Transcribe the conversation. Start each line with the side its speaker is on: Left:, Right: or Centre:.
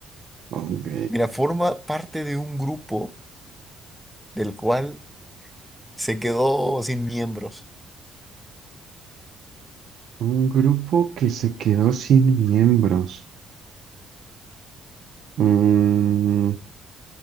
Right: Ok.
Centre: Mira, forma parte de un grupo del cual se quedó sin miembros.
Right: Un grupo que se quedó sin miembros. Mm,